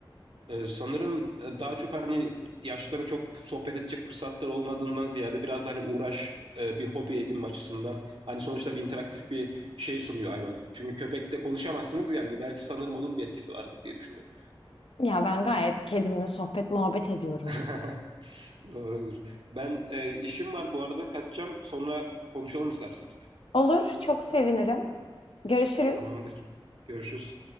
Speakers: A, on the right; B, on the left.
A: e, sanırım e, daha çok hani yaşlıların çok sohbet edecek fırsatlar olmadığından ziyade biraz da hani uğraş e, bir hobi edinme açısından hani sonuçta bir interaktif bir şey sunuyor hayvan. Çünkü köpekle konuşamazsınız yani belki sanırım onun bir etkisi vardır diye düşünüyorum.
B: Ya ben gayet kedimle sohbet muhabbet ediyorum.
A: <laughs> Doğrudur. Ben e, işim var bu arada kaçacağım. Sonra konuşalım istersen.
B: Olur, çok sevinirim. Görüşürüz.
A: Tamamdır. Görüşürüz.